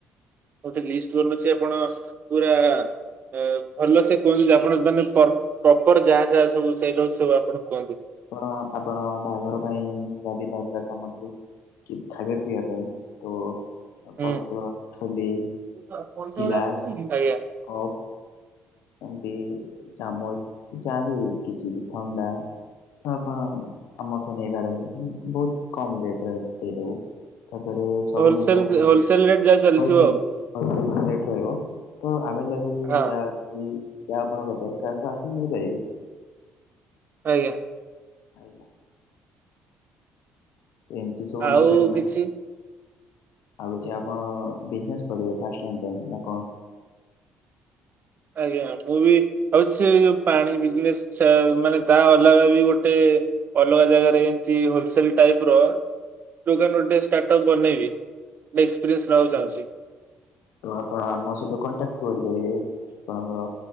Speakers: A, on the right; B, on the left.
A: ଗୋଟେ ଲିଷ୍ଟ ବନଉଛି ଆପଣ ପୁରା। ଏ ଭଲ ସେ କୁହନ୍ତୁ ଆପଣ ମାନେ ପ୍ର ପ୍ରପର ଯାହା ଯାହା ସବୁ ସେଟ ଅଛି ସବୁ ଆପଣ କୁହନ୍ତୁ।
B: ଆପଣ ଆପଣଙ୍କ ବାହାଘର ପାଇଁ ଯଦି ଦରକାର ସାମଗ୍ରୀ। କି ଖାଇବା ପିଇବ ପାଇଁ ତ।
A: ହୁଁ
B: ପତ୍ର ଠୋଲି
A: ଆଜ୍ଞା
B: ଗିଲାସ କପ୍। ଏମିତି ଚାମୁଚ ଯାବି କିଛି ଥଣ୍ଡା। ତ ଆପଣ ଆମଠୁ ନେଇପାରନ୍ତି ଆମ ବହୁତ କମ ରେଟ ରେ ଦେଇଦବୁ। ତାପରେ ସବୁ
A: ହୋଲସେଲ
B: ଜିନିଷ ଆଭେଲ
A: ହୋଲସେଲ ରେଟ ଯାହା ଚାଲିଥିବ
B: ହୋଲସେଲ ହୋଲସେଲ ‌ ରେଟ ରହିବ ତ ଆଭେଲେବଲ
A: ଆଉ
B: ଯା ଅଛି। ଯାହା ଆପଣଙ୍କ ଦରକାର ତ ଆସିକି ନେଇପାରିବେ।
A: ଆଜ୍ଞା।
B: ଆଜ୍ଞା। ଏମତିି ସବୁ
A: ଆଉ
B: ଦୋକନି ମାନେ।
A: କିଛି
B: ଆଉ ଅଛି ଆପଣ ବିଜନେସ୍ କରିବେ ଫାଷ୍ଟାଇ ପାଇଁ ଆପଣ।
A: ଆଜ୍ଞା ମୁଁ ବି ହଉଛି ସେଇ ପାଣି ବିଜନେସ ସେ ତା ଅଲଗା ବି ଗୋଟେ। ଅଲଗା ଜାଗାରେ ଏମତି ହୋଲସେଲ ଟାଇପ ର। ଦୋକାନ ଗୋଟେ ଷ୍ଟାର୍ଟ ଅପ ବନେଇବି ଏକ୍ସପ୍ରିଏନ୍ସ ନବାକୁ ଚାହୁଁଛି।
B: ତ ଆପଣ ଆମ ସହିତ କଣ୍ଟାକ୍ଟ କରିପାରିବେ ଆପଣଙ୍କର।